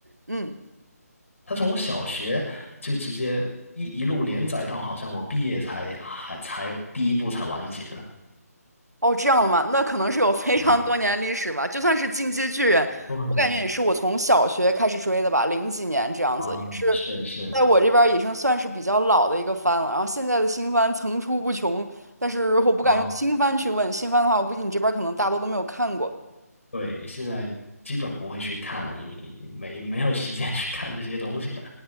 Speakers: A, on the right (about 80°); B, on the left (about 55°).
A: 人》，嗯。
B: 它从我小学就直接一一路连载到好像我毕业才还才第一部才完结的
A: 哦，这样的吗？那可能是有非常多年历史吧。
B: 啊，
A: 就算是《进击的巨人》，
B: 都很多
A: 我感觉也是我从小学开始追的吧，零几年这样子，
B: 啊，
A: 也是在我这边儿已经算是比较老的一个番了。
B: 是是
A: 然后现在的新番层出不穷，但是我不敢用新番去问，
B: 啊，
A: 新番的话，我估计你这边儿可能大多都没有看过。
B: 对，现在基本不会去看了，因已经没没有时间 <laughs> 去看这些东西了，